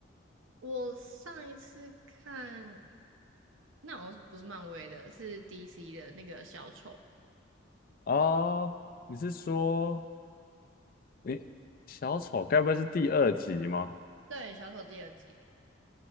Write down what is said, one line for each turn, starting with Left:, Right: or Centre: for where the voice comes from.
Right: 我上一次看，那好像不是漫威的，是 DC 的那个小丑，
Left: 哦，你是说，诶，小丑该不会是第二集吗？
Right: 对，小丑第二集。